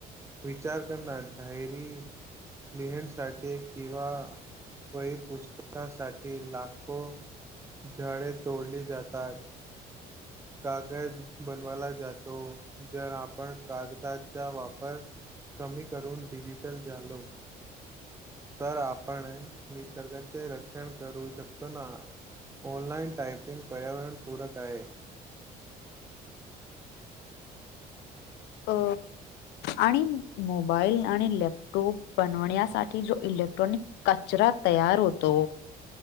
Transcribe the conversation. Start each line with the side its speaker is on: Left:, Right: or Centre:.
Right: विचार करणार डायरी लिहण्यासाठी किंवा वही पुस्तकासाठी लाखो झाडे तोडली जातात. कागद बनवाला जातो जर आपण कागदाचा वापर कमी करून डिजिटल झालो तर आपण निसर्गाचे रक्षण करू शकतो ना? ऑनलाइन टायपिंग पर्यावरणपूरक आहे.
Left: अ आणि मोबाईल आणि लॅपटॉप बनवण्यासाठी जो इलेक्ट्रॉनिक कचरा तयार होतो